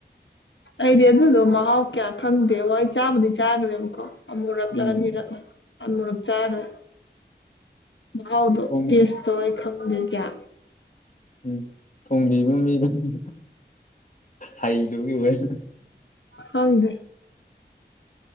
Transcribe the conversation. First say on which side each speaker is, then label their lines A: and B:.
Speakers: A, on the left; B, on the left.
A: ꯑꯩꯗꯤ ꯑꯗꯨꯗꯣ ꯃꯍꯥꯎ ꯀꯌꯥ ꯈꯪꯗꯦꯉꫭ ꯑꯩ ꯆꯥꯕꯨꯗꯤ ꯆꯥꯈ꯭ꯔꯦꯕ ꯀꯣ ꯑꯃꯨꯔꯛꯂ
B: ꯎꯝ
A: ꯑꯅꯤꯔꯛꯂ ꯑꯃꯨꯔꯛ ꯆꯥꯈ꯭ꯒꯔꯦ ꯃꯍꯥꯎꯗꯣ
B: ꯊꯣꯡꯕꯤ
A: ꯇꯦꯁꯇꯣ ꯑꯩ ꯈꯪꯗꯦ ꯀꯩꯌꯥ
B: ꯎꯝ ꯊꯣꯡꯕꯤꯕ ꯃꯤꯗꯨꯗꯤ ꯍꯩꯗꯨꯒꯤ ꯑꯣꯏ
A: ꯈꯪꯗꯦ